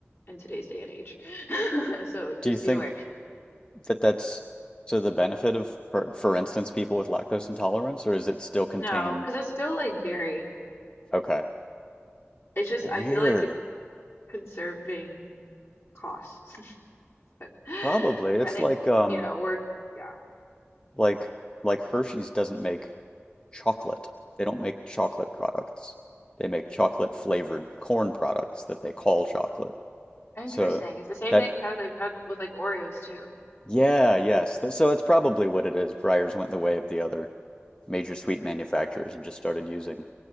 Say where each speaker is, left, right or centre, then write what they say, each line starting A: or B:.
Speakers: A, on the left; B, on the left.
A: in today's day and age. <laughs> So
B: Do
A: just
B: you think
A: be aware.
B: that that's to the benefit of, for, for instance, people with lactose intolerance, or is it still contain?
A: No, because it's still like dairy.
B: Okay.
A: It's just
B: Weird.
A: I feel like it's conserving costs. <laughs> But I
B: Probably. It's
A: think,
B: like um
A: you know, we're yeah.
B: like like Hershey's doesn't make chocolate. They don't make chocolate products. They make chocolate flavored corn products that they call chocolate.
A: Interesting.
B: So
A: It's the same
B: that,
A: thing as I've done with like Oreos too.
B: yeah, yes. Th- So that's probably what it is. Breyers went the way of the other major sweet manufacturers and just started using